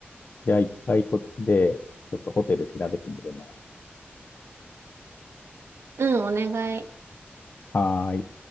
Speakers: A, on the left; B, on the right.
A: じゃあ一回こっちで、ちょっとホテル調べてみるね。
B: うん、お願い。
A: はーい。